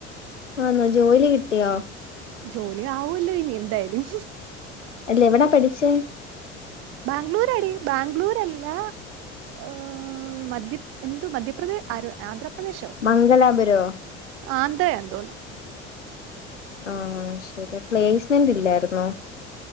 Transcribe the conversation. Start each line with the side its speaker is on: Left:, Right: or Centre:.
Left: ആണോ ജോലി കിട്ടിയോ
Right: ജോലി ആവുമല്ലോ ഇനി എന്തായാലും
Left: അല്ല എവിടാ പഠിച്ചേ
Right: ബാംഗ്ലൂർ അടി ബാംഗ്ലൂർല്ലാ അഹ് മധ്യ എന്ത് മധ്യപ്രദേ് ആഹ് ആന്ധ്രാപ്രദേശോ
Left: മംഗലാപുരോ
Right: ആന്ധ്രയാനു തോന്നുന്നു
Left: ആഹ് ശരി പ്ലേസ്മെന്റ് ഇല്ലായിരുന്നോ